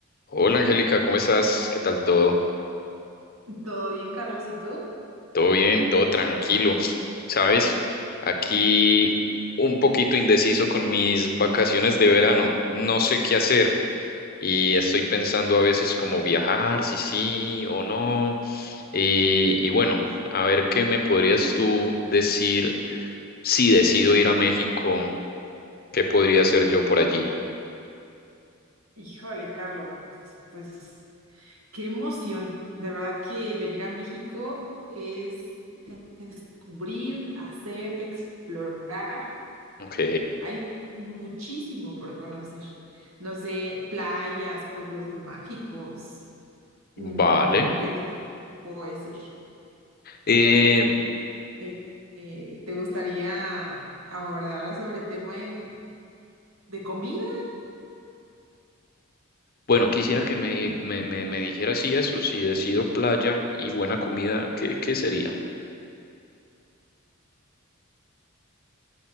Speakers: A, on the left; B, on the right.
A: Hola Angélica, ¿cómo estás? ¿Qué tal todo?
B: ¿Todo bien, Carlos? ¿Y tú?
A: ¿Todo bien? ¿Todo tranquilo? ¿Sabes? Aquí un poquito indeciso con mis vacaciones de verano. No sé qué hacer y estoy pensando a veces como viajar, si sí o no. Y, y bueno, a ver qué me podrías tú decir si decido ir a México, ¿qué podría hacer yo por allí?
B: Híjole, Carlos, pues qué emoción. De verdad que venir a México es de- descubrir, hacer, explorar.
A: Ok,
B: Hay muchísimo por conocer. No sé, playas, pueblos mágicos. mm,
A: vale.
B: ¿qué te puedo decir?
A: Eh,
B: Eh, eh, ¿te gustaría abordar sobre el tema de, de comida?
A: Bueno, quisiera que me, me, me, me dijeras si eso, si decido playa y buena comida, ¿qué, qué sería?